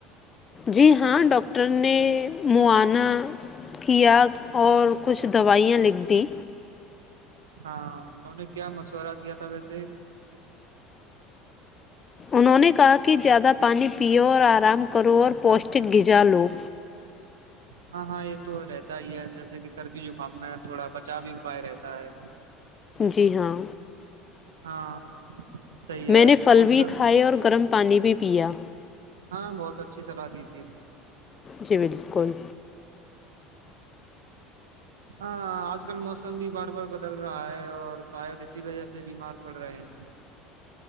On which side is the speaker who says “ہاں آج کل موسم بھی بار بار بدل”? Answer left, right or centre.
Right